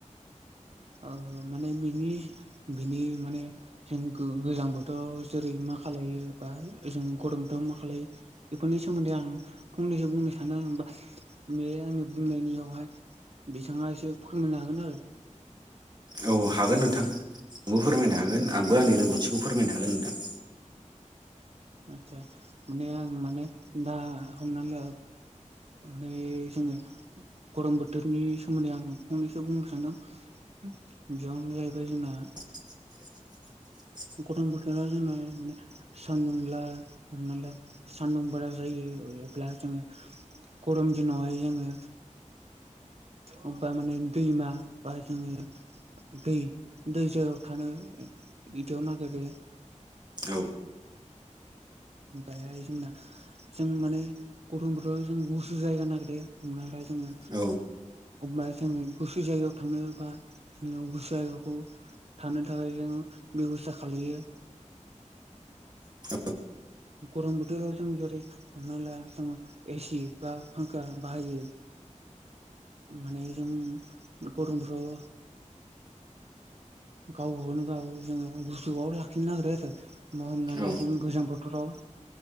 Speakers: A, on the right; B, on the right.
A: ओ माने बिनि बिनि माने जों गो गोजां बोथोराव जेरै मा मा खालायो बा ओजों गरमथ' मा खालायो बेफोरनि सोमोन्दै आं फंनैसो बुंनो सानो आं। बा बे आंनि बुंनायनियावहाय बिथाङा एसे फोरमायनो हागोन आरो।
B: औ हागोन नोंथां आंबो फोरमायनो हागोन आंबो आंनि रोंगौथिखौ फोरमायनो हागोन नोंथां।
A: आतसा माने आं माने दा हमना ला माने जोङो गरम बोथोरनि सोमोन्दै आं फंनैसो बुंनो सानदों। गिबियावनो जाहैबाय जोंना
B: <unintelligible>
A: गथम बोथोरा जोंना माने सानदुंला हमना ला सान्दुं बारा जायो। प्लास जोङो गरम दिनावहाय जोङो अबेबा माने दैमा बा जोङो दै दै जायगायाव थानो बिदियाव नागिरो
B: औ
A: ओफायहाय जोंना जों माने गथम बोथोराव जों गुसु जायगा नागिरो हमनालाय जोङो
B: औ
A: अबा जोङो गुसु जायगायाव थांनो बा जोङो गुसु जायगाखौ थानो थाखाय जों <unintelligible> बेब'स्था खालायो
B: <inaudible>
A: गरम बोथोराव जों जेरै हमना ला जोङो एसि बा फांखा बाहायो माने जों गरमफ्र्राव गावखौनो गाव जोङो गुसुआव लाखिनो नागिरो आरो बा हमना
B: औ
A: ला जों गोजां बो थोराव